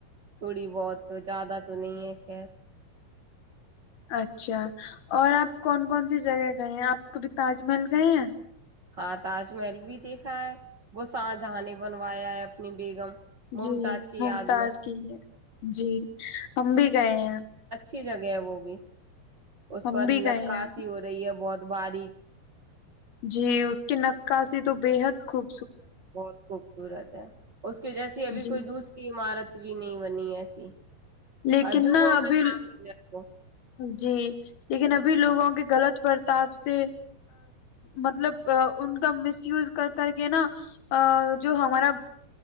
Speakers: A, on the right; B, on the left.
A: تھوڑی بہت تو زیادہ تو نہیں ہے خیر
B: اچھا اور آپ کون کون سی جگہ گئے ہیں آپ کبھی تاج محل گئے ہیں
A: ہاں تاج محل بھی دیکھا ہے وہ شاہجہاں نے بنوایا ہے اپنی بیگم ممتاز
B: جی
A: کی
B: ممتاز
A: یاد میں
B: کی ہے جی ہم بھی گئے ہیں
A: اھی جگہ وہ بھی اس
B: ہم
A: پر
B: بھی گئے
A: ناسیی
B: ہیں
A: ہو رہی ہے بہت بارییک
B: جی اس کے نکا سے تو بےحد خوب
A: بہت خوبصورت ہے اس کے جیسی ابھی
B: جی
A: کوئی دوسری عمارت بھی نہیں بنی ہے سی
B: لیکن
A: عجو
B: نا
A: وہ
B: ابھی
A: پ سام وہ
B: جی لیکن ابھی لوگوں کے غلط برتاپ سے مطلب ان کا مس وز کر کر کے نا جو ہمارا